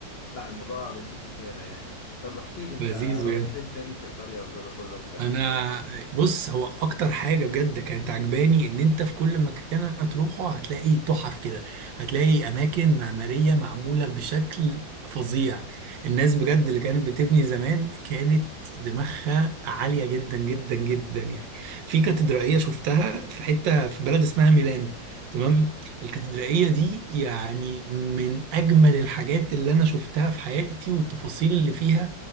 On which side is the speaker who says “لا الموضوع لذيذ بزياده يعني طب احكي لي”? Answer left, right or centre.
Left